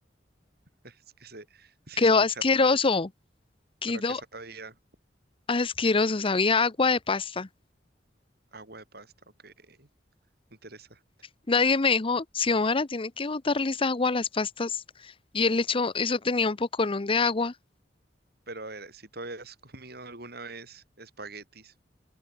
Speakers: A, on the right (about 60°); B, on the left (about 30°).
A: <laughs> Es que se, se
B: Quedó
A: escucha
B: asqueroso,
A: raro.
B: quedó
A: ¿Pero a qué sabía?
B: asqueroso, sabía agua de pasta.
A: Agua de pasta, ok. Interesa.
B: Nadie me dijo, Xiomara, tiene que botarles agua a las pastas. Y él echó, eso tenía un poconón de agua.
A: Pero a ver, si tú habías comido alguna vez espaguetis,